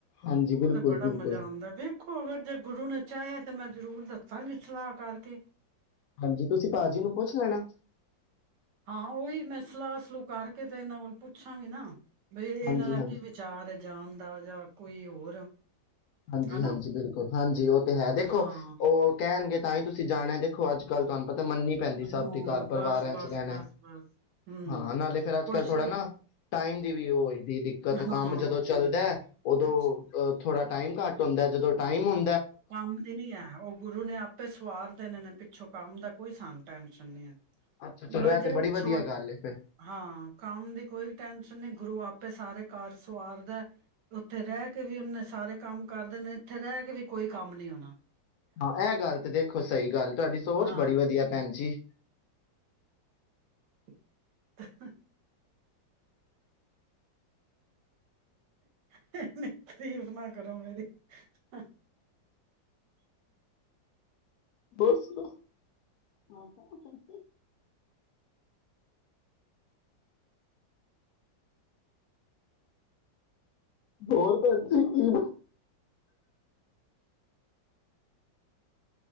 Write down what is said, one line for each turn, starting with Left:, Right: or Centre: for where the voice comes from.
Left: ਹਾਂਜੀ
Right: ਉਹ
Left: ਬਿਲਕੁਲ
Right: ਤੇ ਬੜਾ
Left: ਬਿਲਕੁਲ
Right: ਮਜ਼ਾ ਆਉਂਦਾ, ਵੇਖੋ ਅਗਰ ਜੇ ਗੁਰੂ ਨੇ ਚਾਹਿਆ ਤੇ ਮੈਂ ਜ਼ਰੂਰ ਦ ਸੰਗ ਸਲਾਹ ਕਰਕੇ
Left: ਹਾਂਜੀ, ਤੁਸੀਂ ਭਾਜੀ ਨੂੰ ਪੁੱਛ ਲੈਣਾ।
Right: ਹਾਂ! ਉਹੀ ਮੈਂ ਸਲਾਹ ਸਲੂ ਕਰਕੇ ਤੇ ਇਹਨਾਂ ਕੋਲ ਪੁੱਛਾਂਗੇ ਨਾ! ਬਈ ਇਹਨਾਂ
Left: ਹਾਂਜੀ
Right: ਦਾ
Left: ਹਾਂਜੀ
Right: ਕੀ ਵਿਚਾਰ ਹੈ? ਜਾਣ ਦਾ ਜਾਂ ਕੋਈ ਹੋਰ
Left: ਹਾਂਜੀ!
Right: ਹਨਾ
Left: ਹਾਂਜੀ! ਬਿਲਕੁਲ ਹਾਂਜੀ! ਉਹ ਤੇ ਹੈ ਦੇਖੋ
Right: ਹਾਂ
Left: ਉਹ ਕਹਿਣਗੇ ਤਾਂ ਹੀ ਤੁਸੀਂ ਜਾਣਿਆ ਦੇਖੋ ਅੱਜ ਕੱਲ ਤੁਹਾਨੂੰਤਾ <unintelligible> ਤਾਂ! ਮੰਨਨੀ ਪੈਂਦੀ
Right: ਹਾਂ
Left: ਸਭ ਦੇ ਘਰ ਪਰਿਵਾਰਾਂ
Right: ਬਸ
Left: ਚ
Right: ਬਸ
Left: ਰਹਿਣਾ
Right: ਬਸ ਬਸ ਹਮ
Left: ਹਾਂ! ਨਾਲੇ ਫੇਿਰ ਅੱਜ
Right: ਕੁਛ
Left: ਕੱਲ ਥੋੜਾ ਨਾ ਟਾਈਮ ਦੀ ਵੀ ਉਹ ਹੋਈ! ਦੀ ਦਿੱਕਤ
Right: ਹਾਂ
Left: ਕੰਮ ਜਦੋਂ ਚੱਲਦਾ!
Right: ਕੁਛ
Left: ਉਦੋਂ ਅਹ ੋੜਾ ਟਾਈਮ ਘੱਟ ਹੁੰਦਾ ਜਦੋਂ ਟਾਈਮ ਹੁੰ
Right: ਕੰਮ ਦੀ ਨੀ ਹੈ! ਉਹ ਗੁਰੂ ਨੇ ਆਪੇ ਸਵਾਰ ਦੇਣੇ ਨੇ ਪਿੱਛੋਂ ਕੰਮ ਦਾ ਕੋਈ ਸਾਨੂੰ ਟੈਨਸ਼ਨ ਨੀ ਹੈ
Left: ਅੱਛਾ ਚਲੋ
Right: ਬਸ
Left: ਇਹ
Right: ਜ
Left: ਤੇ ਬੜੀ ਵਧੀਆ
Right: ਛੋ
Left: ਗੱਲ ਹੈ ਫਿਰ
Right: ਹਾਂ ਕੰਮ ਦੀ ਕੋਈ ਟੈਂਨਸ਼ਨ ਨਹੀਂ ਗੁਰੂ ਆਪ <unintelligible> ੇ ਸਾਰੇ ਕਾਰ ਸਵਾਰਦਾ ਉੱਥੇ ਰਹਿ ਕੇ ਵੀ ਉਹਨੇ ਸਾਰੇ ਕੰਮ ਕਰਦੇ ਨੇ ਇੱਥੇ ਰਹਿ ਕੇ ਵੀ <unintelligible> ਕੋਈ ਕੰਮ ਨਹੀਂੀ ਆਣਾ
Left: ਹਾਂ! ਇਹ ਗੱਲ ਤੇ ਦੇਖੋ ਸਹੀ ਗੱਲ ਤੁਹਾਡੀ ਸੋਚ
Right: ਹਾਂ
Left: ਬੜੀ ਵਧੀਆ ਭੈਣ ਜੀ
Right: <inaudible> ਤਫ ਨਾ ਕਰੋ ਮੇਰੀ <inaudible> <unintelligible>
Left: ਬਰ ਸੁ ਦਾ <inaudible> ਹੋਰ ਤਾਂਜੀ ਕੀ